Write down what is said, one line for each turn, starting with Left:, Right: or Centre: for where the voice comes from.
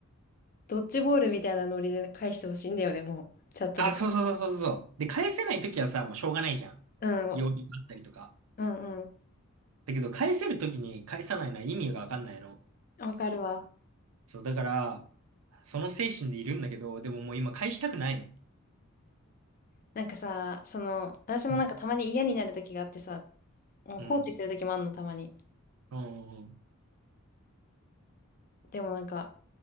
Left: う。ドッジボールみたいなノリで返してほしいんだよね、もう。チャットとか。
Right: あ、そうそうそうそうそう。で、返せないときはさ、もうしょうがないじゃん。
Left: うん、
Right: 用事があったりとか。
Left: うん、うん。
Right: だけど、返せるときに返さないのは意味がわかんないの。
Left: わかるわ。
Right: そう、だから、その精神でいるんだけど、でももう今返したくないの。
Left: なんかさ、その、私もなんかたまに嫌になる時があってさ、
Right: うん。
Left: もう放置する時もあんの、
Right: うん。
Left: たまに。
Right: うんうん
Left: でもなんか、